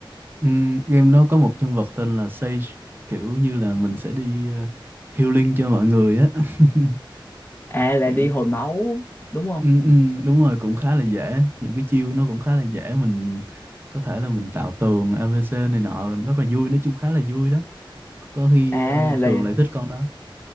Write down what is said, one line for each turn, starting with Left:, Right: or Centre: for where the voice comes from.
Right: Ừm, game đó có một nhân vật tên là Sage kiểu như là mình sẽ đi ờ, healing cho mọi người á <laughs>
Left: à là
Right: kiểu
Left: đi hồi máu đúng không
Right: Ừ, ừ, đúng rồi cũng khá là dễ những cái chiêu nó cũng khá là dễ mình có thể là mình tạo tường ABC này nọ rất là vui nói chung khá là vui đó có khi
Left: à
Right: ờ,
Left: là
Right: Cường lại thích con đó